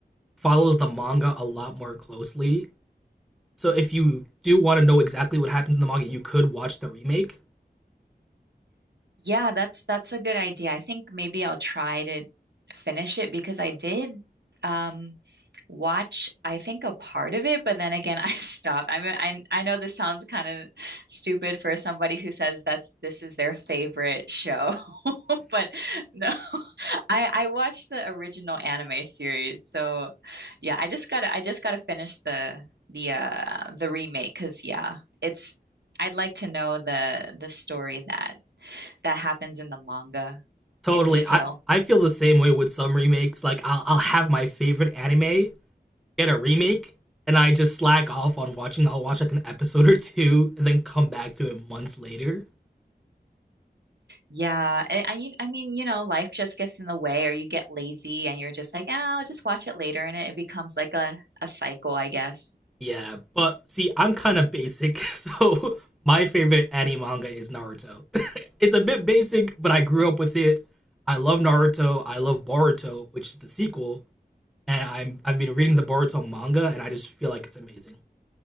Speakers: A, in the centre; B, on the right (about 80°).
A: follows the manga a lot more closely. So if you do want to know exactly what happens in the manga, you could watch the remake.
B: Yeah, that's that's a good idea. I think maybe I'll try to finish it because I did. Um, watch, I think, a part of it, but then again, <laughs> I stopped. I mean, I I know this sounds kind of stupid for somebody who says that's this is their favorite show, <laughs> but no, <laughs> I I watched the original anime series. So yeah, I just gotta I just gotta finish the the uh the remake because yeah, it's I'd like to know the the story that that happens in the manga
A: Totally,
B: in detail.
A: I I feel the same way with some remakes. Like I'll I'll have my favorite anime get a remake, and I just slack off on watching. I'll watch like an episode or two, and then come back to it months later.
B: Yeah, I, I mean, I mean, you know, life just gets in the way, or you get lazy, and you're just like, oh, I'll just watch it later, and it, it becomes like a a cycle, I guess.
A: Yeah, but see, I'm kind of basic, so <laughs> my favorite anime manga is Naruto. <laughs> it's a bit basic, but I grew up with it. I love Naruto. I love Boruto, which is the sequel. and I'm I've been reading the Boruto manga, and I just feel like it's amazing.